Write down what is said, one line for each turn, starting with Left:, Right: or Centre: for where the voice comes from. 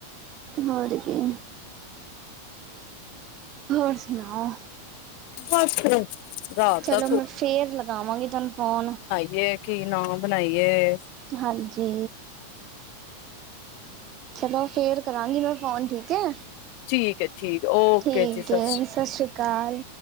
Right: ਹੋਰ ਕੀ। ਹੋਰ ਸੁਨਾਓ?
Left: ਬਸ ਰਾਤ
Right: ਚਲੋ
Left: ਦਾ
Right: ਮੈਂ ਫੇਰ ਲਗਾਵਾਂਗੀ, ਤੁਹਾਨੂੰ ਫੋਨ।
Left: ਕੇ ਕੀ ਨਾ ਬਨਾਈਏ।
Right: ਹਾਂਜੀ। ਚਲੋ ਫੇਰ ਕਰਾਂਗੀ ਮੈਂ ਫ਼ੋਨ, ਠੀਕ ਐ।
Left: ਠੀਕ ਹੈ ਠੀਕ ਓਕੇ
Right: ਠੀਕ
Left: ਜੀ ਸਤਿ
Right: ਏ,
Left: ਸ਼੍ਰੀ
Right: ਸਸ੍ਰੀ ਅਕਾਲ